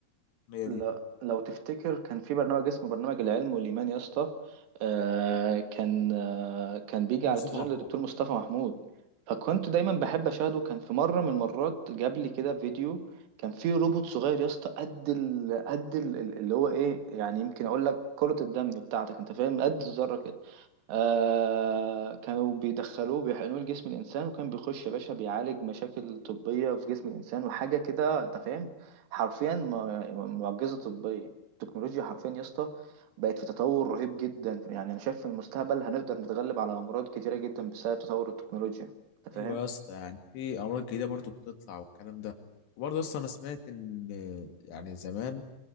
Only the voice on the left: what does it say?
التقنية
دي
دكتور
مصطفى
محمود
ايوه يا اسطى يعني في امراض جديدة برضو بتطلع والكلام ده وبرضه اصلا انا سمعت ان يعني زمان